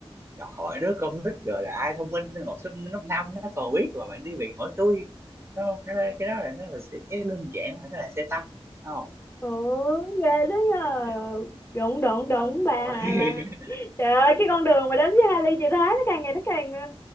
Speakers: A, on the right (about 25°); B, on the left (about 20°).
A: đòi hỏi đứa con nít rồi là ai thông minh học sinh lớp năm nó còn biết mà bạn đi bạn hỏi tôi đúng không cái đó, cái đó là nó là sẽ- cái đơn giản là nó là xe tăng đúng không
B: ủa ghê thế nhờ
A: đúng không nhỉ
B: đúng đúng đúng
A: ừ
B: ba
A: thế thôi
B: hai ba
A: <laughs>
B: Trời ơi, cái con đường mà đến với Hà Ly chị thấy nó càng ngày nó càng ờ,